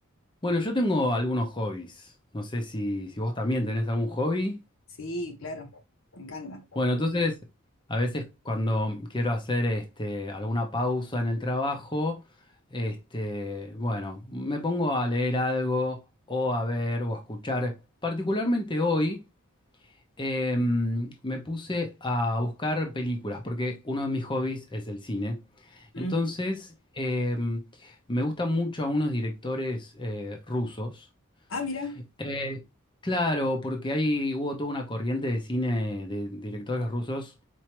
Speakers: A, on the left (about 20°); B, on the left (about 60°).
A: Bueno, yo tengo algunos hobbies. No sé si, si vos también tenés algún hobby.
B: Sí, claro, me encanta.
A: Bueno, entonces, a veces cuando quiero hacer este, alguna pausa en el trabajo, este, bueno, me pongo a leer algo o a ver o a escuchar. Particularmente hoy. eh, me puse a buscar películas, porque uno de mis hobbies es el cine.
B: Mm.
A: Entonces, eh, me gustan mucho a unos directores eh, rusos.
B: Ah, mira,
A: Eh, claro, porque ahí hubo toda una corriente de cine de directores rusos